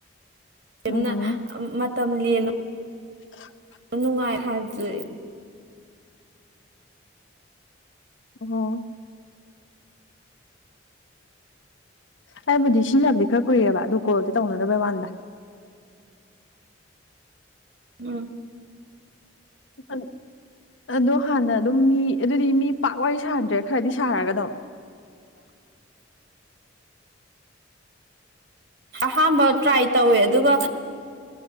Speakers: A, on the right; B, on the left.
A: ꯌꯥꯝꯅ
B: ꯎꯝ
A: ꯃ ꯃꯇꯝ ꯂ
B: <unintelligible>
A: ꯅꯨꯡꯉꯥꯏ ꯍꯥꯏꯕꯗꯨ
B: ꯑꯣ ꯑꯩꯕꯨꯗꯤ ꯁꯤꯖꯤꯟꯅꯕꯗꯤ ꯈꯔ ꯀꯨꯏꯔꯦꯕ ꯑꯗꯨ ꯀꯣꯜꯗꯤ ꯇꯧꯅꯗꯕꯩ ꯋꯥꯟꯗ
A: ꯎꯝ
B: ꯍ ꯑꯗꯣ ꯍꯥꯟꯅ ꯑꯗꯨꯝ ꯃꯤ ꯑꯗꯨꯗꯤ ꯃꯤ ꯄꯥꯛ ꯋꯥꯔꯤ ꯁꯥꯗ꯭ꯔꯦ ꯈꯔꯗꯤ ꯁꯥꯔꯒ ꯑꯗꯨꯝ
A: <unintelligible> ꯑꯍꯥꯝꯕ ꯇ꯭ꯔꯥꯏ ꯇꯧꯋꯦ ꯑꯗꯨꯒ